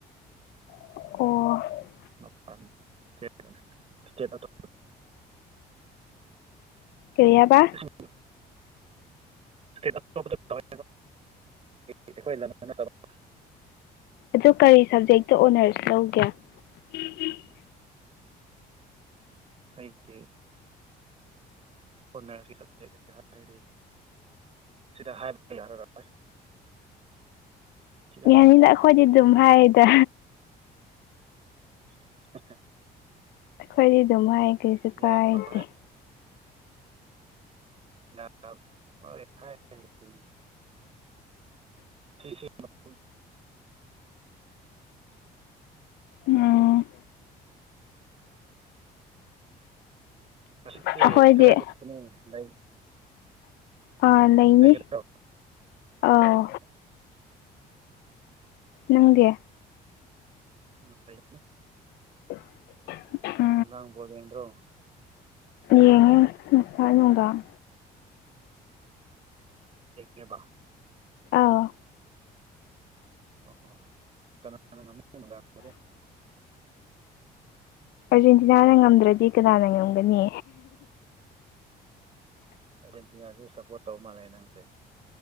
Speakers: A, on the left (about 75°); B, on the right (about 35°).
A: ꯑꯣ
B: <unintelligible>
A: ꯀꯥꯔꯤ ꯍꯥꯏꯕ
B: ꯏꯁꯇꯦꯠ <unintelligible> <unintelligible>
A: ꯑꯗꯨ ꯀꯔꯤ ꯁꯕꯖꯦꯛꯇꯥ ꯑꯣꯅꯔꯁ ꯂꯧꯒꯦ <unintelligible>
B: ꯑꯩꯗꯤ ꯍꯣꯅꯔꯁꯤ ꯁꯕꯖꯦꯛꯁꯦ ꯍꯥꯏꯔꯗꯤ ꯁꯤꯗꯥ ꯍꯥꯏꯕ ꯌꯥꯔꯔꯔꯣꯏ ꯁꯤꯗ
A: ꯌꯥꯅꯤꯗꯥ
B: ꯍꯥꯏꯕꯗ ꯅꯨꯡꯉꯥꯏꯔꯣꯏ
A: ꯑꯩꯈꯣꯏꯗꯤ ꯑꯗꯨꯝ ꯍꯥꯏꯌꯦꯗꯥ
B: <unintelligible>
A: ꯑꯩꯈꯣꯏꯗꯤ ꯑꯗꯨꯝ ꯍꯥꯏ ꯀꯩꯁꯨ ꯀꯥꯏꯗꯦ
B: ꯌꯥꯗꯕ ꯍꯥꯏ <unintelligible>
A: ꯎꯝ
B: ꯑꯁꯤꯗꯤ
A: ꯑꯩꯈꯣꯏꯗꯤ
B: ꯀꯗꯥꯏ <unintelligible> ꯂꯩ
A: ꯑꯥ ꯂꯩꯅꯤ
B: ꯂꯩꯒꯗ꯭ꯔꯣ
A: ꯑꯥꯎ
B: ꯑꯣ
A: ꯅꯪꯗꯤ
B: ꯎꯝ ꯂꯩꯅꯤ
A: <unintelligible>
B: ꯅꯨꯡꯗꯥꯡ ꯕꯣꯜ ꯌꯦꯡꯗ꯭ꯔꯣ
A: ꯌꯦꯡꯉꯦ ꯉꯁꯥꯏ ꯅꯨꯡꯗꯥꯡ
B: ꯌꯦꯡꯉꯦꯕ
A: ꯑꯥꯎ
B: ꯑꯣ ꯀꯅꯥꯅ ꯉꯝ <unintelligible>
A: ꯑꯥꯔꯖꯦꯟꯇꯤꯅꯥꯅ ꯉꯝꯗ꯭ꯔꯗꯤ ꯀꯅꯥꯅ ꯉꯝꯒꯅꯤ
B: ꯑꯖꯦꯟꯇꯤꯅꯥꯁꯨ ꯁꯞꯄꯣꯔꯠ ꯇꯧ ꯃꯥꯜꯂꯦ ꯅꯪꯁꯦ